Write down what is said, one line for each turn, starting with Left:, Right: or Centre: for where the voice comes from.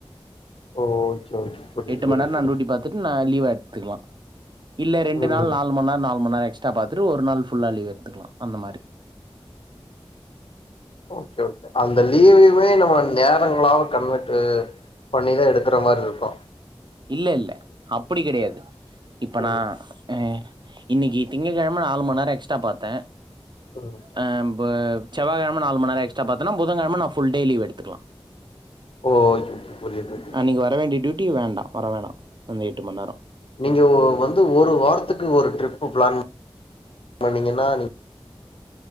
Left: ஓ ஓகே ஓகே புரியுது
Right: எட்டு மணி
Left: புரியுது
Right: நேரம் நா டூட்டி பாத்துட்டு நா லீவா எடுத்துக்கலாம் இல்ல ரெண்டு
Left: ம்
Right: நாள் நாலு மணி நேரம் நாலு மணி நேரம் எக்ஸ்ட்ரா பாத்துட்டு ஒரு நாள் ஃபுல்லா லீவு எடுத்துக்கலாம் அந்த மாரி
Left: ஓகே ஓகே அந்த லீவுமே நம்ம நேரங்கள கன்வெர்ட் பண்ணி தான் எடுக்கிற மாரி இருக்கும்
Right: இல்ல இல்ல அப்பிடி கிடையாது இப்ப
Left: ம்
Right: நான் அஹ் இன்னைக்கு திங்கட்கிழமை நாலு மணி நேரம் எக்ஸ்ட்ரா பார்த்தேன்
Left: ம்
Right: ஆஹ் பா செவ்வாய்க்கிழமை நாலு மணி நேரம் எக்ஸ் ட்ரா பாத்தேனா புதன்கிழமை நான் ஃபுல் டே லீவ் எடு த்துக்கலாம்
Left: ஓ புரியுது புரியுது
Right: ஆ நீங்க வரவேண்டிய டூட் டி வேண்டாம் வர வேண்டாம் வந்த எட்டு மணிநேரம்
Left: நீங்க வந்து ஒரு வாரத்துக்கு ஒரு ட்ரிப் ப்ளான் பண்ணீங்கன்னா நீ